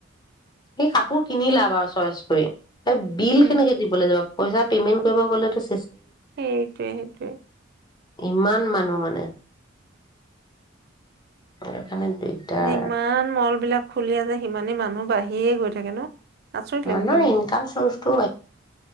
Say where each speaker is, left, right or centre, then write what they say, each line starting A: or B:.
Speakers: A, on the left; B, on the right.
A: এই কাপোৰ কিনিলা বাৰু চইচ কৰি ত বিল
B: উম,
A: কেনেকে দিবলৈ যাবা? পইচা পেমেণ্ট কৰিব গ'লেটো
B: সেইটোৱে সেইটোৱে।
A: ইমান মানুহ মানে আৰু কাৰণে দিগদাৰ
B: যিমান মল বিলাক খুলি আছে সিমানেই মানুহ বাঢ়িয়ে গৈ থাক থাকে ন আচৰিত লাগে
A: অ' ন
B: কিন্তু
A: ইনকাম চ টো